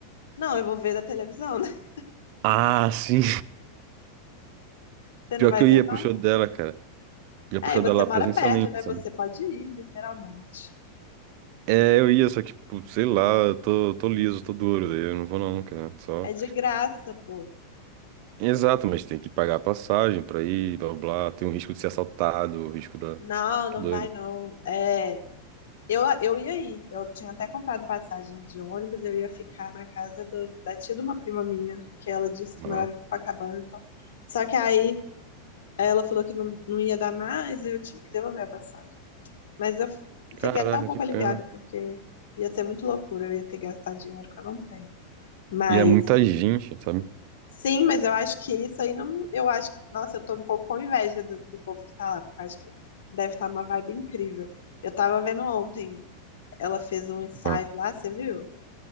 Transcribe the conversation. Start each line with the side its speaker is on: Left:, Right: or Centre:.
Left: Não, eu vou ver da televisão, né? <laughs>
Right: Ah, sim. <laughs>
Left: Você
Right: Pior
Left: não vai
Right: que eu
Left: ver,
Right: ia
Left: não?
Right: pro show dela, cara. Já puxou
Left: É, e você
Right: dela
Left: mora
Right: presencialmente,
Left: perto, né?
Right: sabe?
Left: Você pode ir, literalmente.
Right: É, eu ia, só que, tipo, sei lá, eu tô, tô liso, tô duro, daí eu não vou não, cara. Só.
Left: É de graça, pô.
Right: Exato, mas tem que pagar a passagem pra ir, blá blá, blá, tem o risco de ser assaltado, o risco da.
Left: Não, não
Right: Tá doido.
Left: vai, não. É, eu, eu ia ir. Eu tinha até comprado passagem de ônibus, eu ia ficar na casa do- da tia de uma prima minha, que ela disse que
Right: Aham.
Left: morava em Copacabana e tal. Só que aí ela falou que não, não ia dar mais, e eu tive que devolver a passagem. Mas eu
Right: Caraca,
Left: fiquei até um pouco
Right: que pena.
Left: aliviada, porque ia ser muito loucura, eu ia ter que gastar dinheiro que eu não tenho. Mas
Right: E é muita gente, sabe?
Left: Sim, mas eu acho que isso aí não. Eu acho que. Nossa, eu tô um pouco com inveja do, do povo que tá lá, porque eu acho que deve estar uma vibe incrível. Eu tava vendo ontem, ela fez um ensaio
Right: Ah,
Left: lá, você viu?